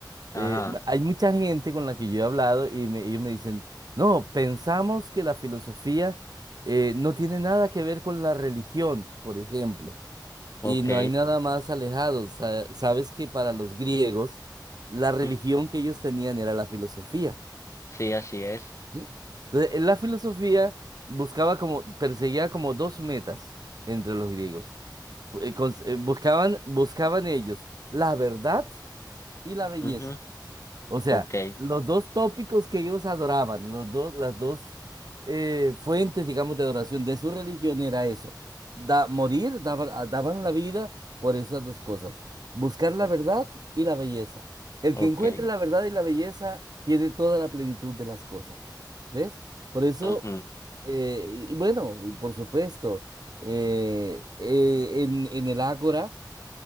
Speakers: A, on the left; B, on the right.
A: Ajá.
B: Eh, ma- hay mucha gente con la que yo he hablado y me- ellos me dicen, no, pensamos que la filosofía eh, no tiene nada que ver con la religión, por ejemplo.
A: Ok.
B: Y no hay nada más alejado. Sa- sabes que para los griegos la religión
A: Ujú.
B: que ellos tenían era la filosofía.
A: Sí, así es.
B: ¿sí? Entonces, en la filosofía buscaba como, perseguía como dos metas entre los griegos. Eh, cons- eh, buscaban, buscaban ellos la verdad y la belleza.
A: Ujú.
B: O sea,
A: Ok.
B: los dos tópicos que ellos adoraban, los dos, las dos eh, fuentes, digamos, de adoración de su religión era eso. Da, morir, daban, a- daban la vida por esas dos cosas. Buscar la
A: O-
B: verdad y la belleza. El
A: ok.
B: que encuentre la verdad y la belleza tiene toda la plenitud de las cosas. ¿Ves? Por eso,
A: Ujú.
B: eh, y y bueno, y por supuesto, eh, eh, en, en el Ágora